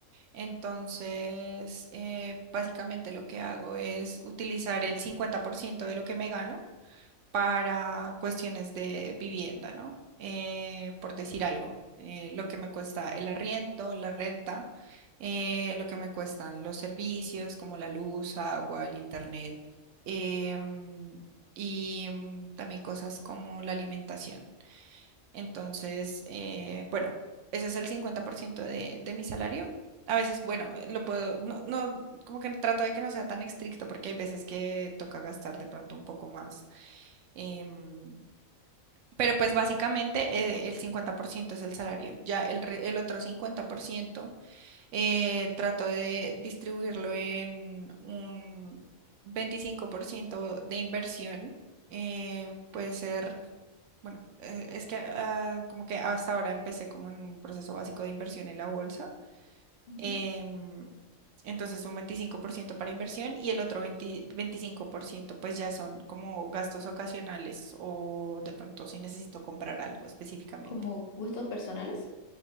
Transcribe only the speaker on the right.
Entonces, eh, básicamente lo que hago es utilizar el 50% de lo que me gano para cuestiones de vivienda, ¿no? Eh, por decir algo, eh, lo que me cuesta el arriendo, la renta, eh, lo que me cuestan los servicios como la luz, agua, el internet, em, y em, también cosas como la alimentación. Entonces, eh, bueno, ese es el 50% de, de mi salario. A veces, bueno, eh, lo puedo, no, no, como que trato de que no sea tan estricto porque hay veces que toca gastar de pronto un poco más Em, pero pues básicamente eh, el 50% es el salario. Ya el, re- el otro 50% eh, trato de distribuirlo en un 25% de inversión. eh, puede ser, bueno, eh, es que ah, como que hasta ahora empecé como en un proceso básico de inversión en la bolsa.
Em, entonces un 25% para inversión y el otro veinte veinticinco por ciento pues ya son como gastos ocasionales o de pronto si necesito comprar algo específicamente.